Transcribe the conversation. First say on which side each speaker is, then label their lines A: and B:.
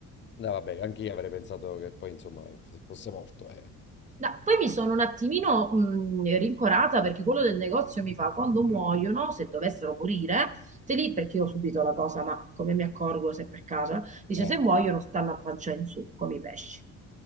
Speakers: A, on the left; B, on the right.
A: No, vabbè, anche io avrei pensato che poi, insomma, f- fosse morto. Eh.
B: Da- poi mi sono un attimino mh, rincorata perché quello del negozio mi fa quando muoiono, se dovessero morire, te li, perché io ho subito la cosa, ma come mi accorgo se per caso, dice
A: Eh,
B: se muoiono stanno a pancia in su come i pesci.